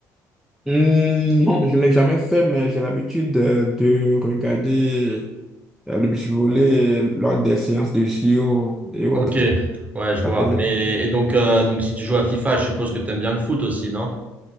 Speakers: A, in the centre; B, on the right.
A: Hmm, non, je ne l'ai jamais fait, mais j'ai l'habitude euh, de regarder euh, le beach volley lors des séances de JO et autres.
B: Ok, ouais, je vois.
A: à la télé.
B: Mais et donc, euh, donc si tu joues à FIFA, je suppose que t'aimes bien le foot aussi, non?